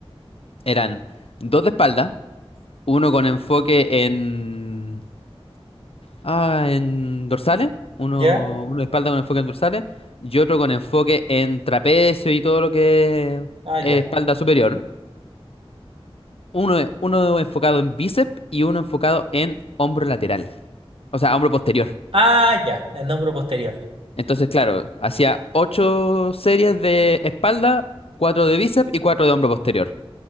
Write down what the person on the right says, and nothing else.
Ya,
ah, ya.
Ah, ya, el hombro posterior.